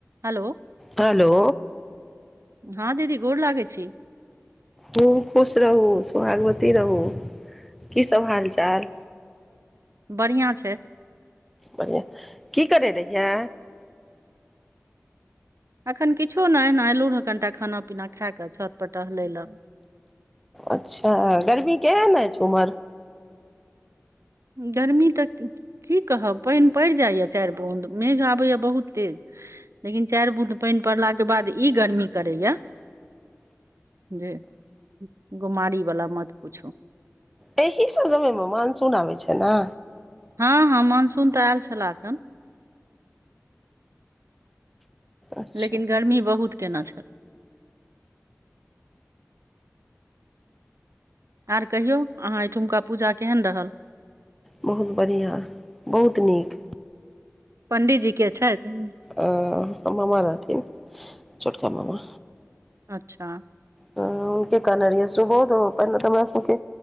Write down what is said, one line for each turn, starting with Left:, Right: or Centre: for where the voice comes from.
Right: Hello
Centre: hello
Right: हँ दीदी गोर लागै छी
Centre: हुॅं खुश रहु सोहागवती रहु की सब हाल चाल
Right: बढ़िया छैय
Centre: बढ़िया की करै रहियै
Right: अखन किछो नय एना एलहुँ ह कनिटा खाना पीना खा कऽ छत पर टहलय लए
Centre: अच्छा गर्मी केहेन ऐछ उम्हर
Right: गरमी तक की कहब पाइन पैड़ जाइय चाइर बूंद मेघ आबैय बहुत तेज लेकिन चाइर बुद पाइन पड़लाके बाद इ गर्मी करैया जे गोमारी वाला मत पुछू
Centre: एहि सब समय मे मानसून आबै छै ने
Right: हँ हँ मानसून तऽ आयल छलह एखन
Centre: अच्छा
Right: लेकिन गर्मी बहुत केना छल आर कहियो अहाँ एहिठुमका पूजा केहन रहल
Centre: बहु बढ़िया बहुत नीक
Right: पंडीजी के छथि
Centre: अ मामा रहथिन छोटका मामा
Right: अच्छा
Centre: नव के कहने रहिए सुबहु पहिले तऽ हमरा सबके